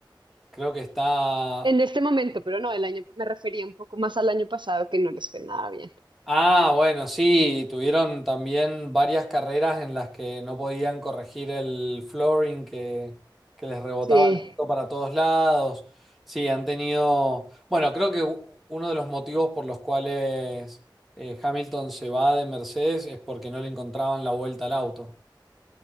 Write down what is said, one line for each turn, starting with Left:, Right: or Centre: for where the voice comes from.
Centre: Creo que está...
Right: en este momento, pero no, el año, me refería un poco más al año pasado que no les fue nada bien.
Centre: Ah, bueno, sí, tuvieron también varias carreras en las que no podían corregir el flooring que, que les rebotaba
Right: Sí,
Centre: el auto para todos lados. Sí, han tenido... Bueno, creo que u- uno de los motivos por los cuales eh, Hamilton se va de Mercedes es porque no le encontraban la vuelta al auto.